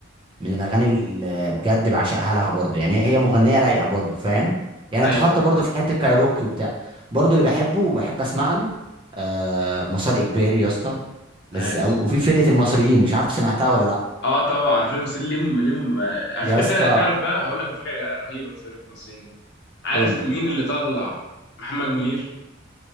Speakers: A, on the right (about 25°); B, on the left (about 55°).
A: من الاغاني اللي بجد بعشقها لها برضو يعني هي مغنيه رايقه برضو فاهم يعني
B: ايوه
A: اتحط
B: فاهم
A: برضو في حته كايروكي وبتاع برضو اللي بحبه وبحب اسمع له آه مسار اجباري يا اسطى لذيذ
B: عاش
A: قوي وفي فرقه المصريين مش عارف سمعتها ولا لا
B: اه طبعا فرقه المصريين ليهم ليهم آه، على
A: يا
B: فكره
A: اسطى
B: فرقه تعرف بقى هقول لك مفاجاه رهيبه في فرقه المصريين دي عارف
A: قول لي
B: مين اللي طلع محمد منير